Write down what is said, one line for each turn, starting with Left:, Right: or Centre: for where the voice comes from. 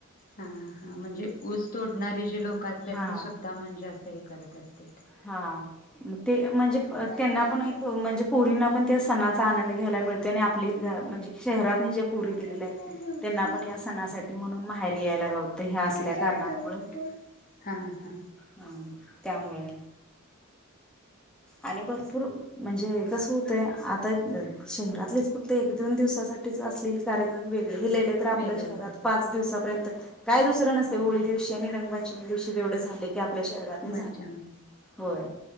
Left: हा हा, म्हणजे ऊस तोडणारे जे लोक असत्यात,
Centre: हा
Left: ती स्वतः म्हणजे, असं हे करत असतील.
Centre: हा, म ते म्हणजे
Left: कसा
Centre: त्यांना
Left: झोपू
Centre: पण एक म्हणजे पोरींना पण त्या सणाचा आनंद घ्यायला मिळ त. आणि आपली घ म्हणजे शहरात ज्या पोरी दिलेल्या
Left: कसा
Centre: हायत,
Left: झोपू
Centre: त्यांना पण या सणासाठी म्हणून माहेरी याला गावतय. ह्या असल्या
Left: कसा
Centre: कारणमुळं,
Left: झोपू हा हा
Centre: हूं त्यामुळे आणि भरपूर म्हणजे कस होतय. आता शहरातलेच फक्त एक दोन दिवसासाठीच असलेली कार्यक्रम वेगळे, हे लय लय त आपल्या
Left: वेगळं
Centre: शहरात
Left: पडतं
Centre: पाच दिवसा पर्यंत, काय दुसरं नसतय. होळी दिवशी आणि रंगपंचमी दिवशी तेवढ झाले की आपल्या शह झाल
Left: मज्जा मस्ती
Centre: होय